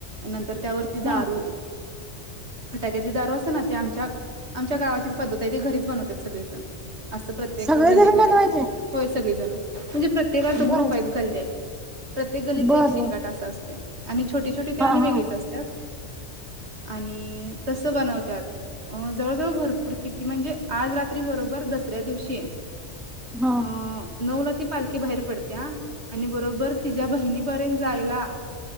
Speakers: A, on the right (about 70°); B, in the centre.
A: नंतर त्यावरती दारू
B: हा
A: फटाक्यातली दारू असते ना. ते आमच्या आमच्या गावाचीच पद्धत आहे. ते घरीच बनवतात सगळेजण. असं प्रत्येक
B: सगळेजण
A: गल्ली गलीतन
B: बनवायचे
A: होय सगळेजण. म्हणजे. प्रत्येकाच
B: बर
A: ग्रुप आहेत गल्ले. प्रत्येक गलीच
B: बर
A: एक शेंगाट
B: बर
A: अस असत. आणि छोटी छोटी ते
B: हा
A: आणि वेगळीच
B: हा
A: असत्यात. आणि तस बनवत्यात अ जवळजवळ भरपूर किती म्हणजे आज रात्री बरोबर दसऱ्या दिवशी
B: हा
A: अ नऊ ला ती पालखी बाहेर पडतीया आणि बरोबर तिच्या्या बहिणीपर्यंत जायला